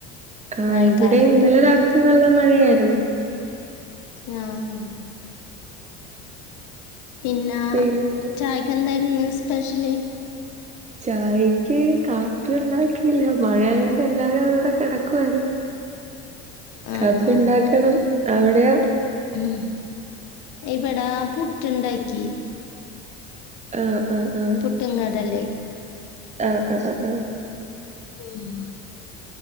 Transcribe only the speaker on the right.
ആഹ്
ഇവിടെയും ഇന്നലെ രാത്രി നല്ല മഴയായിരുന്നു
പിന്നെ
ചായക്ക് കാപ്പി ഉണ്ടാക്കില്ല മഴ ആയോണ്ട് എല്ലാരും അവടെ കെടക്കുവാരുന്നു
കാപ്പി ഉണ്ടാക്കണം അവിടെയോ
ആഹ് ആ ആ
ആഹ് ആഹ് ആഹ് ആഹ്